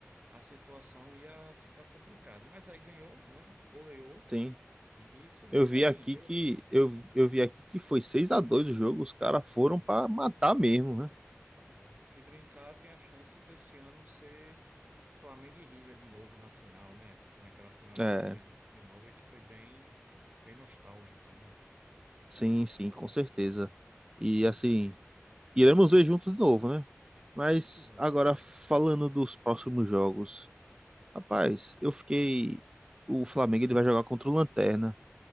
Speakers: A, on the right; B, on the right.
A: a situação ia ficar complicada. Mas aí ganhou, né? Goleou
B: Sim.
A: e se deu
B: Eu vi
A: bem.
B: aqui que eu, eu vi aqui que foi 6 a 2 o jogo, os caras foram
A: Deu.
B: para matar mesmo, né?
A: É, se brincar, tem a chance desse ano ser Flamengo e River de novo na final, né? Que nem Aquela final de
B: É,
A: 2019 que foi bem, bem nostálgica, né?
B: sim, sim, com certeza. E assim, Iremos ver juntos de novo, né? Mas
A: Exato.
B: agora falando dos próximos jogos. Rapaz, eu fiquei. O Flamengo ele vai jogar contra o Lanterna.